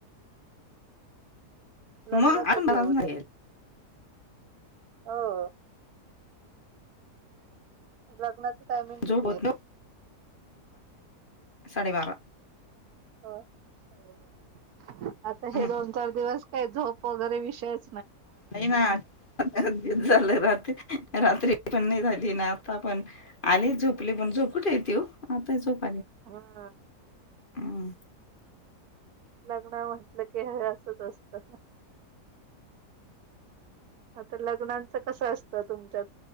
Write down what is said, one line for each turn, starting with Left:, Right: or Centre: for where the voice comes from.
Right: लग्न
Left: मग अजून
Right: कधी
Left: बराच
Right: ये उद्या
Left: नाही
Right: हो. लग्नाचं टायमिंग किती
Left: झोप होत
Right: ये?
Left: साडे बारा.
Right: हो साडे बारा आता
Left: हम्म
Right: हे दोन चार दिवस काय झोप वगैरे विषयचं
Left: नाई नाआता तेच झालंय रात्री रात्री पण नाई झाली ना आत आता पण आले झोपले पण झोप कुठ येते ओ आता झोप
Right: हा
Left: हम्
Right: लग्न म्हंटल की हे असंच असत. आता लग्नांचं कसं असतं तुमच्यात